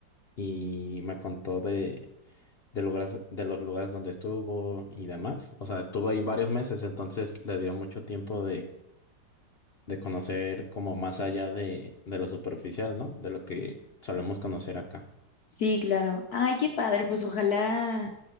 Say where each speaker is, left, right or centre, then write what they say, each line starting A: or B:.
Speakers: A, on the left (about 75°); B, on the left (about 65°).
A: y me contó de, de lugares, de los lugares donde estuvo y demás. O sea, estuvo ahí varios meses, entonces le dio mucho tiempo de conocer como más allá de, de lo superficial, ¿no? De lo que solemos conocer acá.
B: sí, claro. Ay, qué padre, pues ojalá